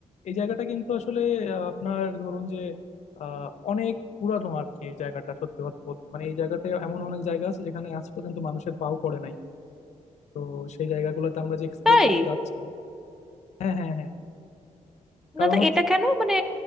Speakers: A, on the left; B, in the centre.
A: এই জায়গাটা কিন্তু আসলে আহ, আপনার ধরুন যে আহ, অনেক পুরানো আর কি এই জায়গাটা সত্যি কথা বলতে মানে এই জায়গাটা এমন অনেক জায়গা আছে যেখানে আজ পর্যন্ত মানুষের পাও পড়ে নাই তো সেই জায়গাগুলোতে আমরা যে এক্সপ্লোর
B: তাই
A: করতে যাচ্ছি হ্যাঁ হ্যাঁ হ্যাঁ কারণ
B: না তো
A: হচ্ছে
B: এটা কেন মানে